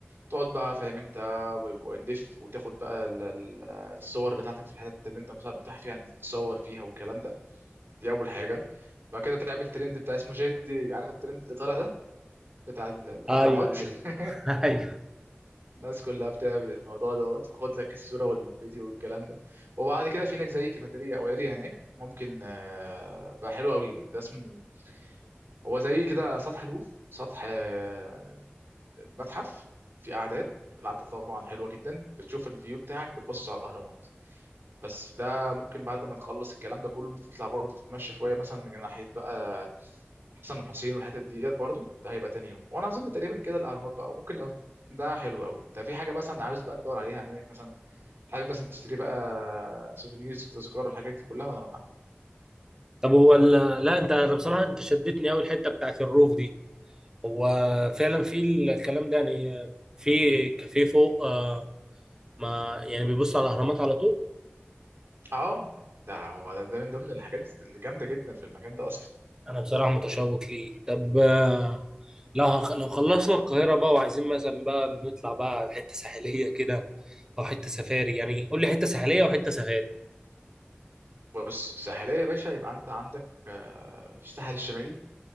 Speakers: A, on the right; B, on the right.
A: تقعد بقى فاهم انت و- ونلف وتاخد بقى ال- ال- الصور بتاعتك في الحتت اللي انت مثلا متاح فيها تتصور فيها والكلام ده دي اول حاجه بعد كده تعمل ترند بتاع اسمه جد عارف الترند اللي طالع ده بتاع ال- الأهرامات
B: ايوه ايوه
A: <laughs>
B: <laughs> ايوه
A: الناس كلها بتعمل الموضوع دوت خد لك الصورة والفيديو والكلام ده وبعد كده في هناك زي كافيتيريا أو اريا هناك ممكن آه، بقى حلو قوي ده اسمه هو زي كده سطح الروف سطح آه، المتحف في قعدات القعدة طبعا حلوة جدا بتشوف الفيو بتاعك بتبص على الأهرامات بس ده ممكن بعد ما نخلص الكلام ده كله تطلع برضه تتمشى شويه مثلا جناحيه بقى حسن الحسين والحتت ديت برضه ده هيبقى تاني يوم وانا اظن تقريبا كده الاهرامات بقى وممكن لو ده حلو قوي انت في حاجه مثلا عاوز بقى تدور عليها منك مثلا حابب مثلا تشتري بقى سوفينيرز تذكار الحاجات دي كلها ولا لا
B: طب هو ال... لا أنت أنا بصراحة أنت شدتني أوي الحتة بتاعت الروف دي هو فعلا في الكلام ده يعني في كافيه فوق آه، ما يعني بيبص على الأهرامات على طول
A: اه ده هو ده, ده من ضمن الحاجات اللي جامده جدا في المكان ده اصلا
B: أنا بصراحة متشوق ليه طب آه، لو هخ... لو خلصنا القاهرة بقى وعايزين مثلا بقى نطلع بقى حتة ساحلية كده أو حتة سفاري يعني قول لي حتة ساحلية وحتة سفاري
A: بص ساحليه يا باشا يبقى انت عندك آه، الساحل الشمالي